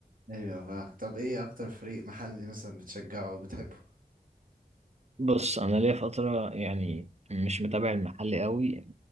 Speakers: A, on the right; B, on the right.
A: ايوه فا طب ايه اكتر فريق محلي مثلا بتشجعه وبتحبه
B: بص انا ليا فتره يعني مش متابع المحل قوي